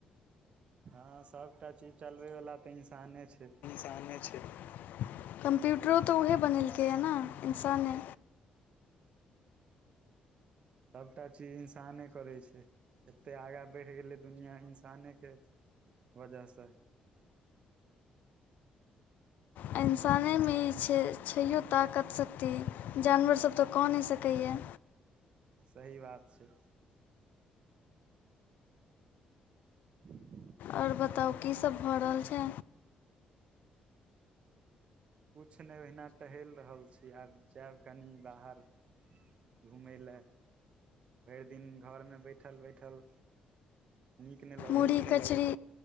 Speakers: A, on the right (about 40°); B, on the left (about 75°).
A: हँ सबटा चीज चलबे वला तऽ इंसाने छै
B: इंसाने छै कम्प्यूटरो तऽ उहे बनेलकैए ने इंसाने
A: सबटा चीज इन्साने करै छै एतेक आगाँ बढ़ि गेलै दुनिया इंसाने के वजह सँ <inaudible>
B: आ इन्साने मे ई छै छयो ताकत शक्ति जानवरसभ तऽ कऽ नय सकैए या
A: सही बात छै <inaudible>
B: ओर बताउ की सब भऽ रहल छै
A: किछु नय ओहिना टहेल रहल छी आब जायब कनि बाहर घूमय लए भेर दिन घर में बैठल बैठल नीक नय लगैत
B: मुरही
A: रहै
B: कचरी
A: छै